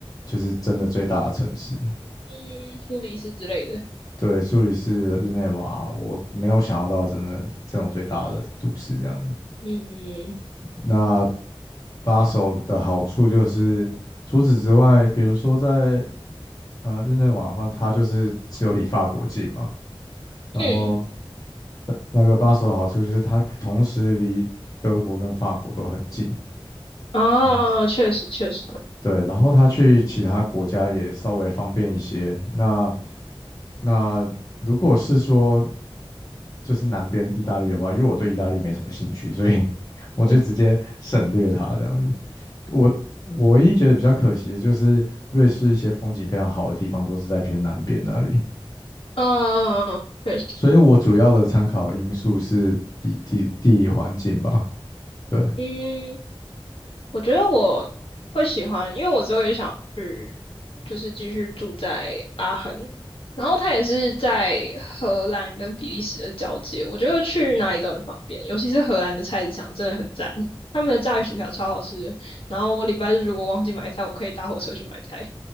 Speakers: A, on the left; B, on the left.
A: 就是真的最大的城市。
B: 嗯，苏黎世之类的，
A: 对，苏黎世、日内瓦，我没有想要到真的这种最大的都市这样。
B: 嗯
A: 那巴首的好处就是，除此之外，比如说在呃日内瓦的话，它就是只有离法国近嘛，然后
B: 嗯，
A: 呃那个巴首的好处就是它同时离德国跟法国都很近。
B: 啊，
A: 哦。
B: 确实确实，
A: 对，然后他去其他国家也稍微方便一些。那那如果是说就是南边意大利的话，因为我对意大利没什么兴趣，所以 <laughs> 我就直接省略它这样子。
B: 嗯
A: 我我唯一觉得比较可惜的就是瑞士一些风景非常好的地方都是在偏南边那里，
B: 嗯，确实，
A: 所以我主要的参考因素是以地地理环境吧。对，
B: 嗯，我觉得我会喜欢，因为我之后也想去，就是继续住在阿恒。然后他也是在荷兰跟比利时的交界，我觉得去哪里都很方便，尤其是荷兰的菜市场真的很赞，他们的炸鱼薯条超好吃的。然后我礼拜日如果忘记买菜，我可以搭火车去买菜。